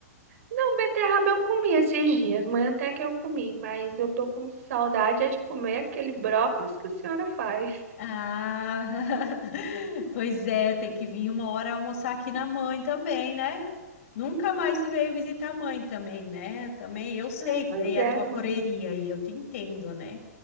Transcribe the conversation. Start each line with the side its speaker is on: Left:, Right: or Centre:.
Right: Não, beterraba eu comi esses dias, mãe, até que eu comi. Mas eu tô com saudade é de comer aquele brócolis que a senhora faz.
Left: Ah, <laughs> pois é, tem que vir uma hora almoçar aqui na mãe também, né? Nunca mais tu veio visitar a mãe também, né? Também eu sei
Right: Ah,
Left: que
Right: pois
Left: daí é
Right: é,
Left: a tua correria
Right: mãe.
Left: e eu te entendo, né?